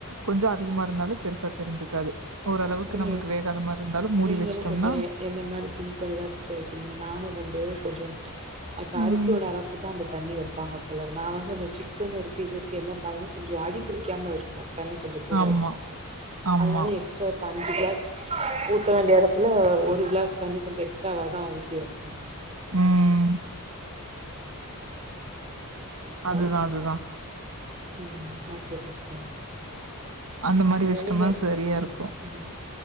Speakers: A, on the right; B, on the right.
A: கொஞ்சோ அதிகமாருந்தாலு பெருசா தெரிஞ்சுக்காது ஓரளவுக்கு
B: நீ
A: நம்மளுக்கு வேகாத மாரி இருந்தாலும் மூடி
B: நீங்களு
A: வச்சுட்டோம்னா
B: கொஞ்ச எ என்ன மாரி திங்க் பண்ணிதா சிஸ்டர் வெக்கிறீங்க நானு வந்து கொஞ்சோ ச்ச் இப்போ
A: ம்.
B: அரிசியோட அள தா அந்த தண்ணி வெப்பாங்க சிலர்னா நா வந்து அந்த சிக்கனுருக்கு யிதுருக்கு யெல்லாபயமு கொஞ்சோ அடி புடிக்காமருக்கோ தண்ணி கொஞ்சகூட
A: ஆமா,
B: வச்சா
A: ஆமா.
B: அதனால எக்ஸ்ட்ரா ப்ப அஞ்சு க்ளாஸ் ஊத்த வேண்டிய எடத்துல ஒரு க்ளாஸ் தண்ணி கொஞ்சோ எக்ஸ்ட்ராவாதா ஊத்தி வெக்கனு
A: ம்.
B: ஹலோ
A: அதுதா அதுதா
B: ம் ஓகே சிஸ்டர்
A: அந்த மாரி
B: வே
A: வச்சுட்டோம்னா
B: நீங்க
A: சரியா
B: ம்
A: இருக்கும்.
B: உ உ